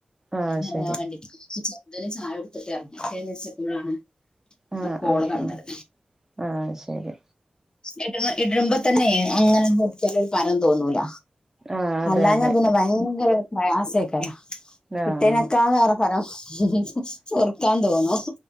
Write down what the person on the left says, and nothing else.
അയിന് എറങ്ങാൻ
വേണ്ടിട്ട് <unintelligible> തിന് ചായ കൊടുത്തിട്ട് <unintelligible> ക്കുമ്പോഴാണ് ങ്ങട
കോള്
കണ്ടത്
എടൂ ഇടുമ്പോ തന്നെ അങ്ങനെ നുറുക്കിയാലൊരു ഫലം തോന്നൂല.
അല്ലാ
ഞാൻ പിന്നെ ഭയങ്കര പ്രയാസയിക്കരാ
ഇട്ടേനെക്കാളെറെ പരം പൊറുക്കാൻ തോന്നും